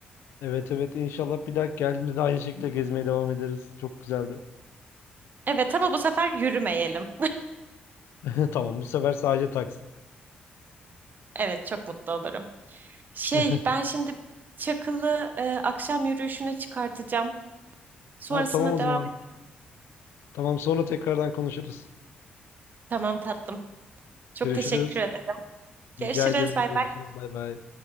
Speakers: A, on the left; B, on the right.
A: Evet evet inşallah bir daha geldiğimde de aynı şekilde gezmeye devam ederiz. Çok güzeldi.
B: Evet ama bu sefer yürümeyelim.
A: <laughs> Tamam bu sefer sadece taksi.
B: Evet çok mutlu olurum. Şey,
A: <laughs>
B: ben şimdi Çakıl'ı e, akşam yürüyüşüne çıkartacağım. Sonrasında
A: Ha tamam o
B: devam
A: zaman.
B: et.
A: Tamam sonra tekrardan konuşuruz.
B: Tamam tatlım. Çok
A: Görüşürüz.
B: teşekkür ederim. Görüşürüz.
A: Rica ederim.
B: Bay
A: Görüşürüz.
B: bay.
A: Bay bay.